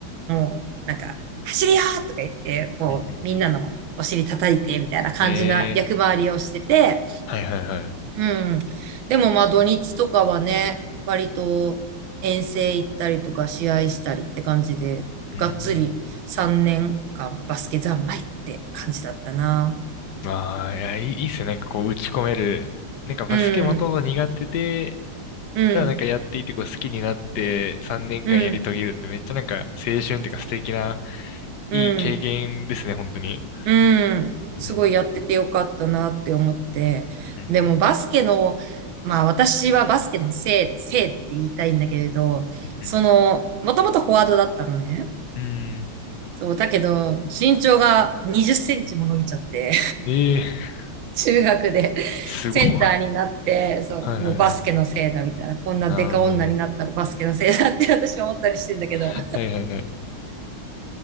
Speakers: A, on the right (about 75°); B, on the left (about 70°).
A: もうなんか走りよーとか言って、こうみんなのお尻叩いてみたいな感じな役回りをしてて、
B: うん、うん。ええはいはいはい。
A: うん。でもまあ土日とかはね、割と遠征行ったりとか試合したりって感じで、
B: うん、
A: がっつり3年間バスケ三昧って感じだったな。
B: まあ、いや、いい、いいっすよ。なんかこう、打ち込める。なんかバスケもともと苦手で、
A: うん、うん、
B: ただなんかやっていてこう好きになって3年間やり遂げるってめっちゃなんか青春っていうか素敵な
A: うん、うん、
B: いい経験ですね、本当に。
A: うん。
B: うん、
A: すごいやっててよかったなって思って。
B: うん、うん、
A: でもバスケの、まあ私はバスケのせい、せいって言いたいんだけれど、
B: うん、うん、
A: その、もともとフォワードだったのね。
B: うん。うん
A: そう、だけど、身長が20センチも伸びちゃって。
B: ええ
A: 中学で
B: すごい。
A: センターになって、そう、
B: はいはいはい。
A: もうバスケのせいだみたいな、こんなデカ女になったのバスケのせいだって私は思ったりしてんだけど、
B: ああ、はいはいはい。